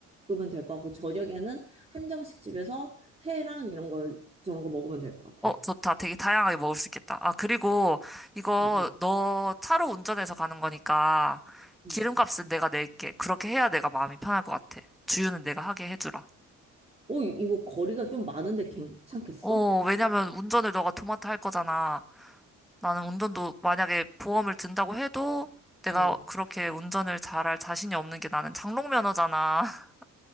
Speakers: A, on the right; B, in the centre.
A: 먹으면 될 것 같고 저녁에는 한정식 집에서 회랑 이런 거 저런 거 먹으면 될 것 같아.
B: 어, 좋다. 되게 다양하게 먹을 수 있겠다. 아, 그리고 이거
A: 음, 음,
B: 너 차로 운전해서 가는 거니까
A: 음.
B: 기름값은 내가 낼게. 그렇게 해야 내가 마음이 편할 것 같아. 주유는 내가 하게 해주라.
A: 어, 이- 이거 거리가 좀 많은데 괜찮겠어?
B: 어, 왜냐면 운전을 너가 도맡아 할 거잖아. 나는 운전도 만약에 보험을 든다고 해도 내가
A: 어.
B: 그렇게 운전을 잘할 자신이 없는 게 나는 장롱 면허잖아. <laughs>